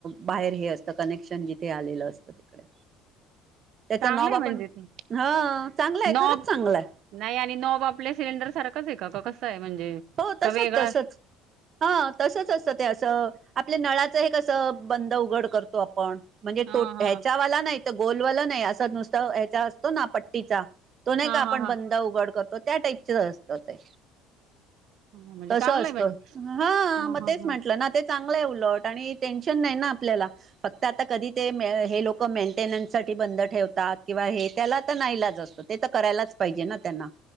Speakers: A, on the right; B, on the right.
A: बाहेर हे असत कनेक्शन जिथे आलेलं असतं तिकडे. त्याचा
B: चांगलं
A: नॉब
B: आहे
A: आपण,
B: म्हणजे ते
A: हा चांगला हाय,
B: नॉब
A: खरंच चांगलं हाय.
B: नाही आणि नॉब आपल्या सिलेंडर सारखंच आहे का? का कसं आहे म्हणजे?
A: हो तसच
B: का वेगळा
A: तसच. हा तसंच असतं ते असं. आपल्या नळाचं हे कसं बंद उघड करतो आपण. म्हणजे
B: हा
A: तो
B: हा
A: ह्याच्यावाला नाही, तो गोलवाला नाही असं नुसत ह्याचा असतो ना पट्टीचा तो नाही
B: हा
A: का? आपण
B: हा हा
A: बंद उघड करतो, त्या टाईपच असत ते.
B: हा, म्हणजे
A: तस
B: चांगलंय
A: असतं.
B: म्हणजे
A: हा
B: ह
A: मग
B: ह
A: तेच
B: ह
A: म्हंटलं ना, तेच चांगलंय उलट आणि टेन्शन नाही ना आपल्याला. फक्त आता कधी ते मे हे लोक मेंटेनन्स साठी बंद ठेवतात किंवा हे त्याला आता नाईलाज असतो. ते तर करायलाच पाहिजे ना त्यांना